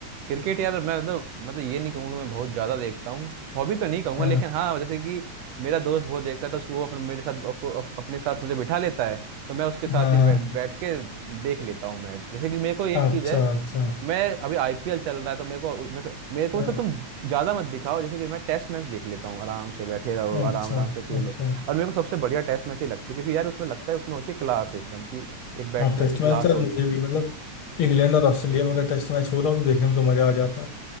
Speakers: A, on the right; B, on the left.
A: क्रिकेट यार मैं मतलब मैं तो ये नहीं कहूँगा मैं बहुत ज़्यादा देखता हूँ हॉबी तो नहीं कहूँगा
B: हाँ
A: लेकिन हाँ जैसे कि मेरा दोस्त बहुत देखता है तो उसको वो अपने मेरे साथ अपको- अप, अपने साथ मुझे बिठा लेता है तो मैं उसके साथ
B: हाँ
A: ही बैठ बैठ के देख लेता हूँ मैं जैसे कि मेरे को एक
B: अच्छा
A: चीज़ है
B: अच्छा
A: मैं अभी आईपीएल चल रहा है तो मेरे को मेरे को मेरे को
B: हम्म,
A: मतलब तुम ज़्यादा मत दिखाओ जैसे कि मैं टेस्ट मैच देख लेता हूँ आराम से बैठे रहो आराम
B: अच्छा
A: आराम से खेलो
B: अच्छा
A: और मेरे को सबसे बढ़िया टेस्ट मैच ही लगते हैं क्योंकि यार उसमें लगता है उसमें होती है क्लास एकदम कि एक बैट्समैन
B: हाँ टेस्ट
A: की क्लास
B: मैच तो यार
A: होती
B: मुझे भी मतलब इंग्लैंड और ऑस्ट्रेलिया में अगर टेस्ट मैच हो रहा हो तो देखने में तो मज़ा आ जाता